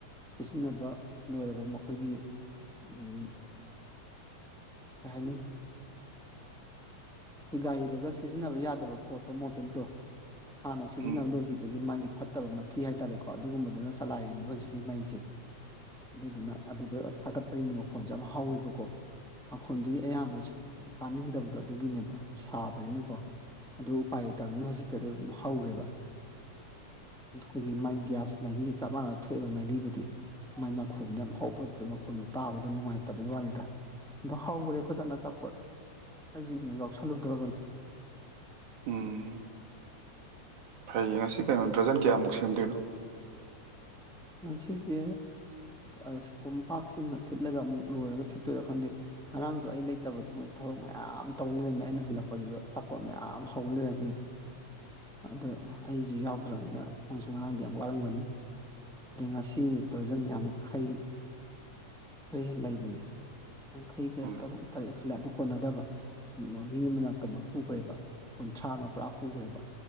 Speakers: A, in the centre; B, on the right (about 80°).
A: ꯁꯤꯖꯤꯟꯅꯕ ꯂꯣꯏꯔꯕ ꯃꯈꯣꯏꯒꯤ ꯀꯩ ꯍꯥꯏꯅꯤ ꯑꯩꯈꯣꯏ ꯒꯥꯔꯤꯗꯒ ꯁꯤꯖꯤꯟꯅꯕ ꯌꯥꯗꯕ ꯄꯣꯠꯇꯣ ꯃꯣꯕꯤꯜꯗꯣ ꯍꯥꯟꯅ ꯁꯤꯖꯤꯟꯅꯕ
B: ꯎꯝ
A: ꯂꯣꯏꯈꯤꯕꯒꯤ ꯃꯥꯒꯤ ꯐꯠꯇꯕ ꯃꯊꯤ ꯍꯥꯏꯇꯥꯔꯦꯀꯣ ꯑꯗꯨꯒꯨꯝꯕꯗꯨꯅ ꯆꯂꯥꯏꯔꯤꯅꯦꯕ ꯍꯧꯖꯤꯛꯀꯤ ꯃꯩꯁꯦ ꯑꯗꯨꯗꯨꯅ ꯑꯗꯨꯗ ꯊꯥꯒꯠꯄꯅꯤꯅ ꯃꯈꯣꯟꯁꯦ ꯌꯥꯝ ꯍꯥꯎꯋꯦꯕꯀꯣ ꯃꯈꯣꯟꯗꯨꯒꯤ ꯑꯌꯥꯝꯕ ꯁꯨꯝ ꯇꯥꯅꯤꯡꯗꯕꯗꯣ ꯑꯗꯨꯒꯤꯅꯦꯕ ꯁꯥꯕꯅꯤꯅꯀꯣ ꯑꯗꯨ ꯎꯄꯥꯏ ꯂꯩꯇꯕꯅꯤꯅ ꯍꯧꯖꯤꯛꯇꯤ ꯑꯗꯨ ꯑꯗꯨꯝ ꯍꯧꯔꯦꯕ ꯑꯩꯈꯣꯏꯒꯤ ꯃꯒꯤ ꯒ꯭ꯌꯥꯁ ꯃꯩꯍꯤ ꯆꯞ ꯃꯥꯟꯅꯅ ꯊꯣꯛꯑꯦꯕ ꯃꯩꯍꯤꯕꯨꯗꯤ ꯃꯥꯏ ꯃꯈꯣꯟꯜꯗꯨ ꯌꯥꯝ ꯍꯧꯕꯗꯨꯗ ꯃꯈꯣꯟꯜꯗꯨ ꯇꯥꯕꯗ ꯅꯨꯡꯉꯥꯏꯇꯕꯒꯤ ꯋꯥꯅꯤꯗ ꯑꯗꯣ ꯍꯧꯈ꯭ꯔꯦ ꯑꯩꯈꯣꯏꯗ ꯑꯆꯥꯄꯣꯠ ꯑꯩꯖꯨ ꯑꯃꯨꯛ ꯌꯥꯎꯁꯜꯂꯨꯗꯣ꯭ꯔꯕꯅꯤ
B: ꯎꯝ ꯐꯩꯌꯦ ꯉꯁꯤ ꯀꯩꯅꯣ ꯗ꯭ꯔꯖꯟ ꯀꯌꯥꯃꯨꯛ ꯁꯦꯝꯗꯣꯏꯅꯣ
A: ꯉꯁꯤꯁꯦ ꯑꯁ ꯀꯣꯝꯄꯥꯛꯁꯤꯃ ꯊꯤꯠꯂꯒ ꯑꯃꯨꯛ ꯂꯣꯏꯔꯒ ꯊꯤꯠꯇꯣꯏꯔꯥ ꯈꯪꯗꯦ ꯉꯔꯥꯡꯁꯨ ꯑꯩ ꯂꯩꯇꯕꯗꯨ ꯃꯣꯏ ꯊꯕꯛ ꯃꯌꯥꯝ ꯇꯧ ꯂꯩꯔꯝꯃꯦ ꯑꯩꯅ ꯍꯜꯂꯛꯄꯗꯁꯨ ꯑꯆꯥꯄꯣꯠ ꯃꯌꯥꯝ ꯍꯧ ꯂꯩꯔꯝꯃꯦ ꯑꯗꯣ ꯑꯩꯁꯨ ꯌꯥꯎꯗ꯭ꯔꯕꯅꯤꯅ ꯃꯣꯏꯁꯨ ꯉꯔꯥꯡꯗꯤ ꯌꯥꯝ ꯋꯥꯔꯝꯒꯅꯤ ꯑꯗꯩ ꯉꯁꯤ ꯗꯔꯖꯟ ꯌꯥꯡꯈꯩ ꯈꯔ ꯍꯦꯟꯅ ꯂꯩꯕꯅꯦ ꯌꯥꯡꯈꯩꯒ
B: ꯎꯝ
A: ꯇꯔꯨꯛ ꯇꯔꯦꯠ ꯈꯜꯂꯦ ꯑꯗꯨ ꯀꯣꯟꯅꯗꯕ ꯃꯤ ꯑꯃꯅ ꯀꯩꯅꯣ ꯄꯨꯈ꯭ꯔꯦꯕ ꯀꯨꯟꯊ꯭ꯔꯥ ꯑꯃ ꯄꯨꯔꯥ ꯄꯨꯈ꯭ꯔꯦꯕ